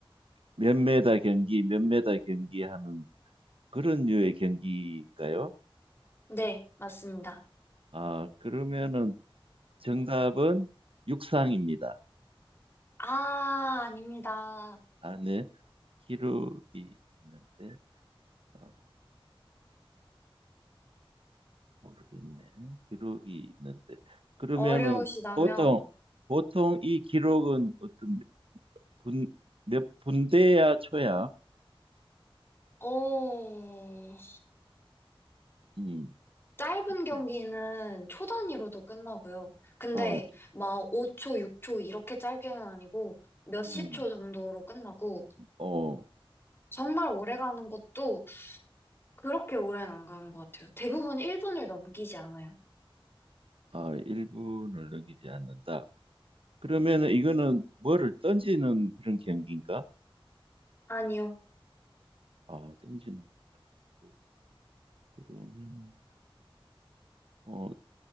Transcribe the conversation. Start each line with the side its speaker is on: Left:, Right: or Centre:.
Right: 몇 메다 경기, 몇 메다 경기 하는 그런 류의 경기인가요?
Left: 네, 맞습니다.
Right: 아, 그러면은 정답은 육상입니다.
Left: 아, 아닙니다.
Right: 안에 기록이 있는데. 어. 모르겠네. 기록이 있는데. 그러면은
Left: 어려우시다면
Right: 보통 보통 이 기록은 어떤 분, 몇 분대야 초야?
Left: 어,
Right: 음.
Left: 짧은 경기는
Right: 예.
Left: 초 단위로도 끝나고요. 근데
Right: 어,
Left: 막 5초, 6초 이렇게 짧게는 아니고 몇십
Right: 음.
Left: 초 정도로 끝나고
Right: 어,
Left: 정말 오래 가는 것도 그렇게 오래는 안 가는 것 같아요. 대부분 1분을 넘기지 않아요.
Right: 아, 1분을 넘기지 않는다. 그러면은 이거는 뭐를 던지는 그런 경기인가?
Left: 아니요.
Right: 아, 던지는 거 그러면 어,